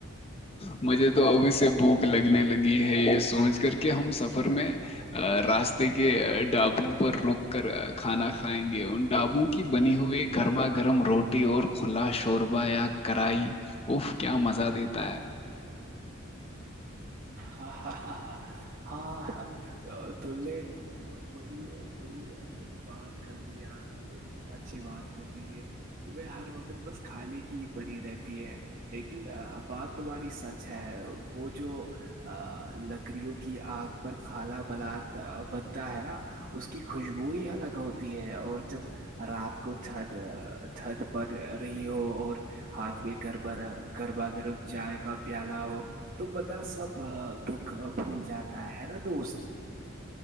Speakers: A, on the left (about 30°); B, on the right (about 40°).
A: مجھے تو ابھی سے بھوک لگنے لگی ہے یہ سوچ کر کے ہم سفر میں ا راستے کے ڈابوں پر <unintelligible> کر کھانا کھائیں گے ان ڈابوں کی بنی ہوئی گرما گرم روٹی اور کھلا شوربہ یا کرائی اف کیا مزہ دیتا ہے
B: ہاں ہ ہاں ہاں تو وہ بڑی بات کر دی یار تبے بہت اچھی بات کر دی ہے تو وہ ہر وقت بس کھانے کی ہی پ ہی رہتی ہے لیکن بات ہماری سچ ہے وہ جو ا لکڑیوں کی آگ پر کالا بل بنتا ہے نا اس کی خوشبو ہی الگ ہوتی ہے اور جب رات کو چد چد پ رہی ہو اور ہاتھ میں گربا گربا گرب چائے کا پیالا ہو تو بندہ سب دکھ بھول جاتا ہے نا دوست